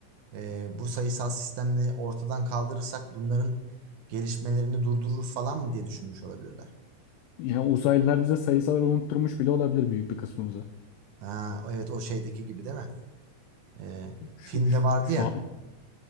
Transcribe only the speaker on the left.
Yani uzaylılar bize sayısalları unutturmuş bile olabilir büyük bir kısmımıza.
Şu,
şu,
şu
an